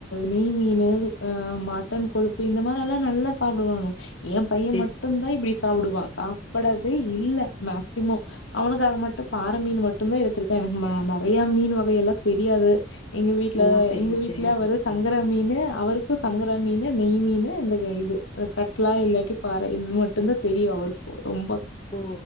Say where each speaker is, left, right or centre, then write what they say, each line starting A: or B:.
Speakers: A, on the left; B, on the left.
A: நெய்மீனு அ மட்டன் கொழுப்பு இந்த மாரி எல்லா நல்லா சாப்டுவாங்க ஏன் பையன்
B: செரி
A: மட்டுந்தா இப்டி சாப்டுவா பா படது இல்ல மேக்சிமொ அவனுக்காக மட்டு பாற மீன் மட்டுந்தா எடுத்திருக்க எனக்கு நறைய மீன் வகையெல்லா தெரியாது எங்க வீட்ல
B: ஓ செரிங்க
A: எங்க வீட்ல
B: செரிங்க
A: அவரு
B: சகோதரி
A: சங்கரா மீனு அவருக்கூ சங்கரா மீனு நெய் மீனு இந்த இது கட்லா இல்லாட்டி பாற இது மட்டுந்தா தெரியு அவருக்கூ ரொம்ப
B: ஓ